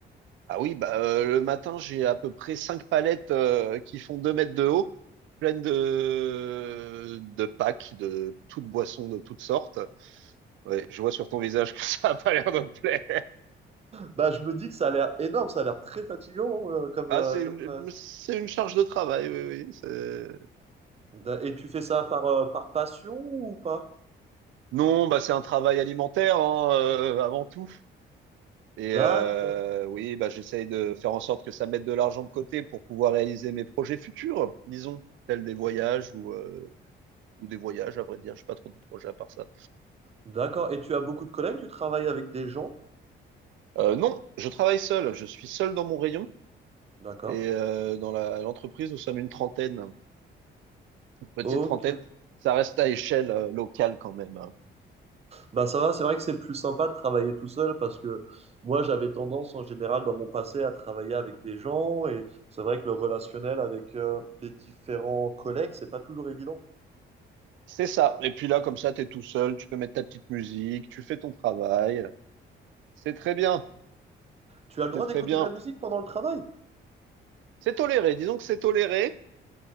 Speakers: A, on the right; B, on the right.
A: Ah oui, bah, euh, le matin, j'ai à peu près cinq palettes euh, qui font deux mètres de haut, pleines de, de packs, de toutes boissons de toutes sortes. Ouais, je vois sur ton visage que <laughs> ça a pas l'air de te plaire.
B: Bah, je me dis que ça a l'air énorme, ça a l'air très fatigant euh, comme,
A: Ah,
B: euh,
A: c'est
B: comme
A: une,
B: ça.
A: c'est une charge de travail, oui, oui. c'est-
B: Da- Et tu fais ça par, euh, par passion ou pas?
A: Non, bah, c'est un travail alimentaire, hein, euh, avant tout. Et
B: D'accord.
A: euh, oui, bah, j'essaye de faire en sorte que ça mette de l'argent de côté pour pouvoir réaliser mes projets futurs, disons, tels des voyages ou, euh, ou des voyages, à vrai dire. Je pas trop de projets à part ça.
B: D'accord. Et tu as beaucoup de collègues, tu travailles avec des gens?
A: Euh, non, je travaille seul. Je suis seul dans mon rayon.
B: D'accord.
A: Et euh, dans la- l'entreprise, nous sommes une trentaine, une petite
B: Ok.
A: trentaine. Ça reste à échelle euh, locale quand même. hein.
B: Bah ça va, c'est vrai que c'est plus sympa de travailler tout seul parce que moi j'avais tendance en général dans mon passé à travailler avec des gens et c'est vrai que le relationnel avec euh, les différents collègues, c'est pas toujours évident.
A: C'est ça. Et puis là, comme ça, tu es tout seul. Tu peux mettre ta petite musique. Tu fais ton travail. C'est très bien.
B: Tu as le droit
A: C'est très
B: d'écouter
A: bien.
B: de la musique pendant le travail?
A: C'est toléré. Disons que c'est toléré.